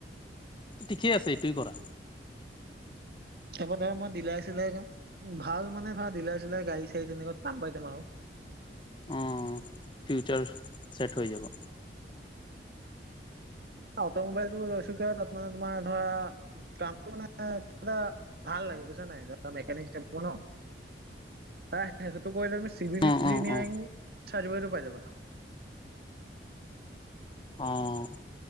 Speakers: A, on the left; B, on the right.
A: ঠিকেই আছে এইটোই কৰা।
B: হ'ব ধৰা মই ডিলাই -চিলাই ভাল মানে ধৰা ডিলাই- চিলাই গাড়ী- চাড়ী তেনেকুৱাত কাম পাই যাম আৰু।
A: অ, ফিউচাৰ ছেট হৈ যাব।
B: অ, অটো মোবাইলটো লৈছো কিয় তাত মানে তোমাৰ ধৰা কামটো মানে কিবা এটা ভাল লাগে বুইচা নাই মেকানিক হিচাপ <unintelligible> হে সেইটো কৰিলে তুমি চিভিল
A: অ
B: ইঞ্জিনিয়াৰিং
A: অ অ
B: চাৰ্টিফিকেটো পাই যাবা।
A: অ',